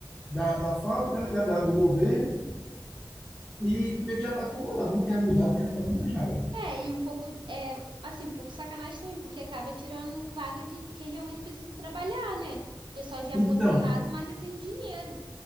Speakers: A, in the centre; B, on the right.
A: da, da fábrica, né? da, da- do governo, e meio que já está acomodado, não quer mudar, não quer fazer mais nada.
B: É, e um pouco, é, assim, um pouco sacanagem também, porque acaba tirando vaga de quem realmente precisa trabalhar, né? O pessoal já é
A: Então,
B: aposentado, mas já tem um dinheiro.